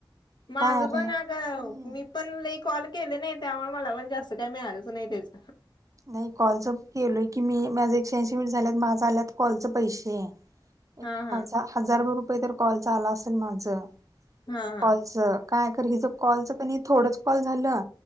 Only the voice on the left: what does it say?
माझं
पण
आ ग मी पण लय कॉल केले नाही, त्यामुळे मला पण जास्त काही मिळालंच नाही त्याच.
हा हा
हा हा